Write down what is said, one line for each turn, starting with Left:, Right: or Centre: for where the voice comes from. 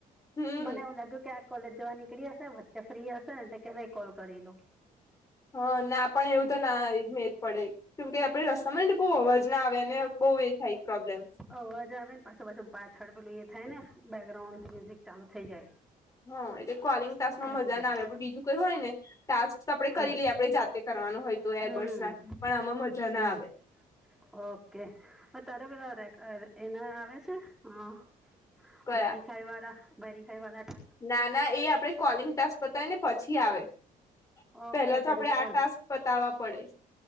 Left: હમ
Centre: મને એવું લાગ્યું કે કોલેજ જવા નીકળી હશે વચ્ચે ફ્રી હશે ને પલાય કોલ કરી લો.
Left: હ ના પણ એવું તો ના મેદ પડે. કેમકે આપડે રસ્તામાં ને બહુ અવાજ ના આવે્યા અને બહુ એ થાય પ્રોબ્લેમ
Centre: અવાજ આવે ને પાછું પાછું પાછાડ પેલું એ થાય ને બેકગ્રાઉન્ડ મ્યુઝિક ચાલુ થઈ જાય.
Left: હ એટલે કોલિંગ તાસ માં મજા
Centre: એટલે
Left: ના આવે પણ બીજું કઈ હોય ને. ટાસ્ક તો આપડણે કરી
Centre: હમ
Left: લઈએ આપણે જાતે કરવાનું હોય તો એરબર્ડસ
Centre: હમ
Left: નાખ પણ આમાં મજા ના
Centre: હમ
Left: આવે.
Centre: ઓકે તારે પેધા એના આવે છે હ.
Left: કયા
Centre: વેરીફાઈ વાળા વેરીફાઈ વાળાક
Left: ના ના એ આપડે કોલિંગ ટાસ્ક બતાય ને પછી આવે.
Centre: ઓકે
Left: પેલા તો
Centre: તને
Left: આપડે આ
Centre: કોલ
Left: ટાસ્ક બતાવવા પડે.